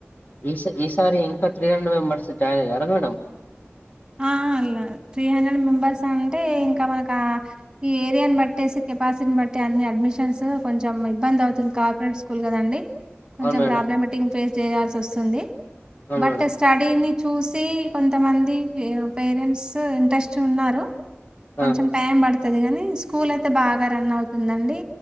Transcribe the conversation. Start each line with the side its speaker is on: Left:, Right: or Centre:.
Left: ఈస్ ఈసారి ఇంక త్రీ హండ్రెడ్ మెంబెర్స్ జాయిన్ అయ్యారా మేడం
Right: ఆ ఆ అలా త్రీ హండ్రెడ్ మెంబర్స్ అంటే ఇంక మనకా ఈ ఏరియాని బట్టేసి కెపాసిటిని బట్టి అన్ని అడ్మిషన్స్ కొంచెం ఇబ్బంది అవుతుంది కా ప్రైవేట్ స్కూల్ కదండి కొంచెం
Left: అవును మేడం
Right: ప్రాబ్లమేటింగ్ ఫేస్ చేయాల్సి వస్తుంది
Left: అవును
Right: బట్
Left: మేడం
Right: స్టార్ట్ దీన్ని చూసి కొంతమంది పేరెంట్స్ ఇంట్రెస్ట్ ఉన్నారు కొంచెం
Left: ఆ
Right: టైం పడు తది గానీ స్కూల్ అయితే బాగా రన్ అవుతుందండి